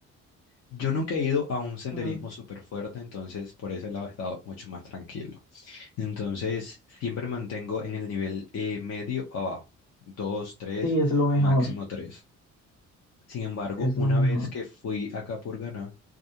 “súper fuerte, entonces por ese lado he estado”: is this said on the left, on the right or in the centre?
Left